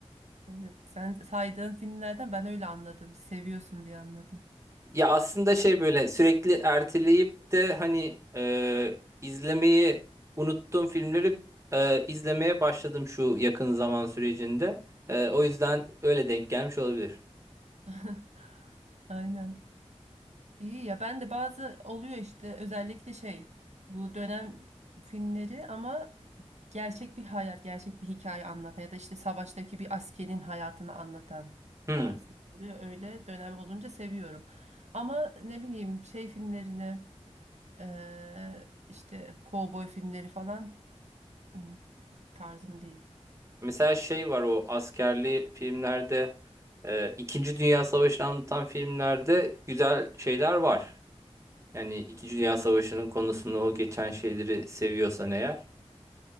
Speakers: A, on the right; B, on the right.
A: Evet, sen saydığın filmlerden ben öyle anladım. Seviyorsun diye anladım.
B: Ya aslında şey böyle sürekli erteleyip de hani e, izlemeyi unuttuğum filmleri e, izlemeye başladım şu yakın zaman sürecinde. E, o yüzden öyle denk gelmiş olabilir.
A: <laughs> Aynen. İyi ya ben de bazı oluyor işte özellikle şey bu dönem filmleri ama gerçek bir hayat, gerçek bir hikaye anlatan ya da işte savaştaki bir askerin hayatını anlatan
B: Hmm.
A: tarzı oluyor. Öyle dönem olunca seviyorum. Ama ne bileyim şey filmlerini eee, işte kovboy filmleri falan hmm, tarzım değil.
B: Mesela şey var o askerli filmlerde e, İkinci Dünya Savaşı'nı anlatan filmlerde güzel şeyler var. Yani İkinci Dünya Savaşı'nın konusunu o geçen şeyleri seviyorsan eğer.